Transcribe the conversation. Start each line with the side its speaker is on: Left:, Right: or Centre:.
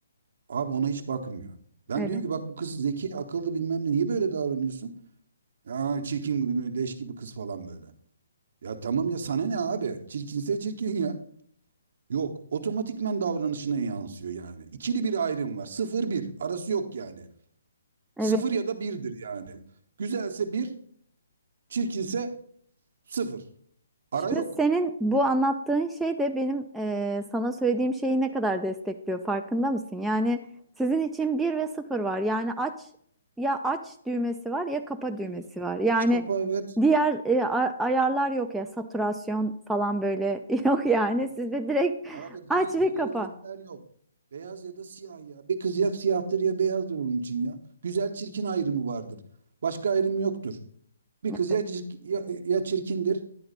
Right: Abi ona hiç bakmıyor. Ben
Centre: Evet.
Right: diyorum ki bak bu kız zeki, akıllı bilmem ne. Niye böyle davranıyorsun? Ya çirkin, leş gibi kız falan böyle. Ya tamam ya sana ne abi? Çirkinse çirkin ya. Yok, otomatikmen davranışına yansıyor yani. İkili bir ayrım var. Sıfır bir. Arası yok yani.
Centre: Evet.
Right: Sıfır ya da birdir yani. Güzelse bir, çirkinse sıfır.
Centre: Şimdi
Right: Ara yok.
Centre: senin bu anlattığın şey de benim e, sana söylediğim şeyi ne kadar destekliyor farkında mısın? Yani sizin için bir ve sıfır var. Yani aç ya aç düğmesi var ya kapa
Right: Evet.
Centre: düğmesi var. Yani
Right: Aç kapa evet.
Centre: diğer e, a- ayarlar yok ya saturasyon falan böyle <laughs> yok yani. Sizde
Right: Evet.
Centre: direkt
Right: Arada gri,
Centre: aç ve
Right: gri
Centre: kapa.
Right: renkler yok. Beyaz ya da siyah ya. Bir kız ya siyahtır ya beyazdır onun için ya. Güzel çirkin ayrımı vardır. Başka ayrım yoktur. Bir
Centre: Evet.
Right: kız ya, cirk- ya, ya çirkindir